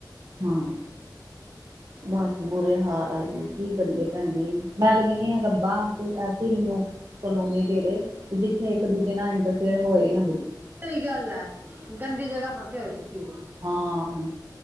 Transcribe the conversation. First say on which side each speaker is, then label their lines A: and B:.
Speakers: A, on the right; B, on the right.
A: ਹੂੰ। ਬਾਸ ਬੁੁਰੇ ਹਾਲ ਆ ਜੀ, ਕੀ ਕਰੀਏ ਭੈਣਜੀ? ਮੈਂ ਤੇ ਕੈੰਣੀ ਆ ਰੱਬਾ ਕੋਈ ਐਸੀ ਮੀਨੂੰ ਕਲੋਨੀ ਦੇਵੇ ਤੇ ਜਿੱਥੇ ਇੱਕ-ਦੂਜੇ ਨਾਲ ਇੰਟਰਫੇਅਰ ਹੋਏ ਨਾ ਬਿਲਕੁਲ।
B: ਸਹੀ ਗੱਲ ਐ, ਗੰਦੀ ਜਗ੍ਹਾ ਫਸੇ ਹੋਏ ਤੁਸੀਂ ਵੀ।
A: ਹਾਂ।